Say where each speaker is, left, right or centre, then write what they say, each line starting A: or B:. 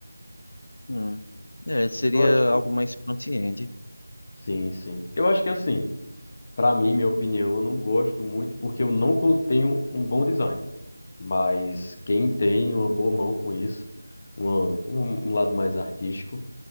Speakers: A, on the left (about 50°); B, on the left (about 30°).
A: Hum. É, seria
B: Eu acho.
A: algo mais front-end.
B: Sim, sim. Eu acho que assim, pra mim, minha opinião, eu não gosto muito porque eu não con- tenho um bom design. Mas quem tem uma boa mão com isso, uma- um, um lado mais artístico,